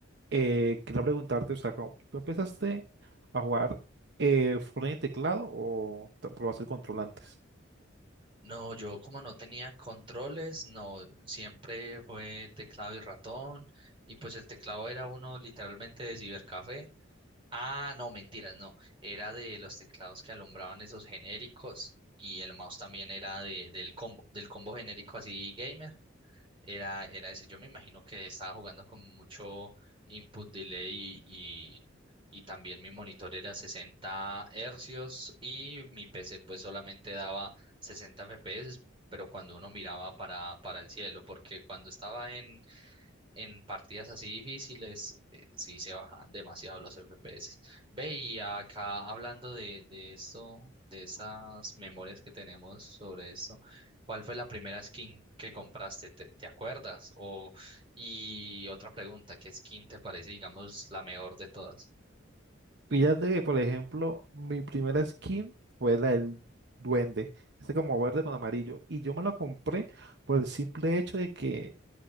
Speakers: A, on the right (about 60°); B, on the right (about 25°).
A: Eh, quería preguntarte, o sea, ¿cómo- ¿tú empezaste a jugar eh, Fortnite en teclado o te probaste el control antes?
B: No, yo como no tenía controles, no, siempre fue teclado y ratón, y pues el teclado era uno literalmente de cibercafé. Ah, no, mentiras, no, era de los teclados que alumbraban esos genéricos, y el mouse también era de, del combo, del combo genérico así gamer, era, era ese. Yo me imagino que estaba jugando con mucho input delay y, y también mi monitor era 60 hercios y mi PC pues solamente daba 60 FPS, pero cuando uno miraba para, para el cielo, porque cuando estaba en partidas así difíciles, eh, sí se bajan demasiado los FPS. Ve, y acá hablando de, de esto, de esas memorias que tenemos sobre esto, ¿cuál fue la primera skin que compraste? ¿Te, te acuerdas? O, y otra pregunta, ¿qué skin te parece, digamos, la mejor de todas?
A: Fíjate que, por ejemplo, mi primera skin fue la del duende, este como verde con amarillo, y yo me la compré por el simple hecho de que